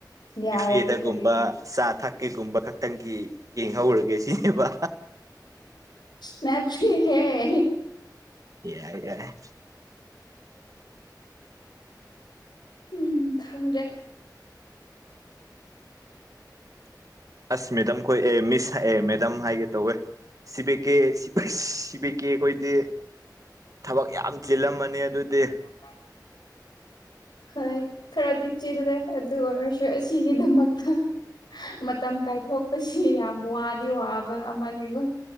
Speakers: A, on the left (about 85°); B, on the right (about 50°).
A: ꯌꯥꯔꯗꯤ
B: ꯀꯦꯐꯦꯗꯒꯨꯝꯕ
A: ꯀꯔꯤꯒꯤ
B: ꯆꯥ ꯊꯛꯀꯦꯒꯨꯝꯕ ꯈꯛꯇꯪꯒꯤ ꯌꯦꯡꯍꯧꯔꯒꯦ ꯁꯤꯅꯦꯕ
A: ꯅꯠꯇꯦꯍꯦ
B: ꯌꯥꯏꯌꯦ ꯌꯥꯏ
A: ꯎꯝ ꯈꯪꯗ꯭ꯔꯦ <inaudible>
B: ꯑꯁ ꯃꯦꯗꯝꯈꯣꯏ ꯑꯦ ꯃꯤꯁ ꯍꯥꯏ ꯑꯦ ꯃꯦꯗꯥꯝ ꯍꯥꯏꯒꯦ ꯇꯧꯋꯦ ꯁꯤ ꯕꯤ ꯀꯦ ꯁꯤꯞ ꯁꯤ ꯕꯤ ꯀꯦ ꯈꯣꯏꯗꯤ ꯊꯕꯛ ꯌꯥꯝ ꯆꯤꯜꯂꯝꯃꯅꯤ ꯑꯗꯨꯗꯤ
A: <unintelligible> ꯍꯣꯏ ꯈꯔꯗꯤ ꯆꯤꯜꯂꯦ ꯑꯗꯨ ꯑꯣꯏꯔꯁꯨ ꯑꯁꯤꯒꯤꯗꯃꯛꯇ ꯃꯇꯝ ꯀꯥꯏꯊꯣꯛꯄꯁꯤ ꯌꯥꯝ ꯋꯥꯗꯤ ꯋꯥꯕ ꯑꯃꯅꯤꯀꯣ